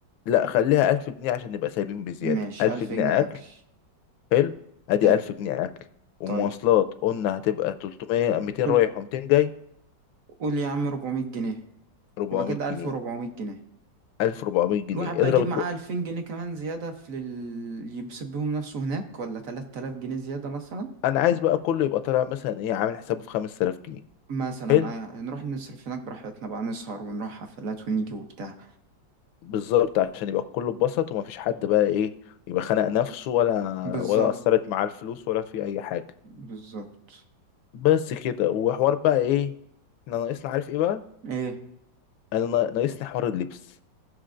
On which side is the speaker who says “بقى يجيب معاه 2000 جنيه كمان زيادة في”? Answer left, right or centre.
Right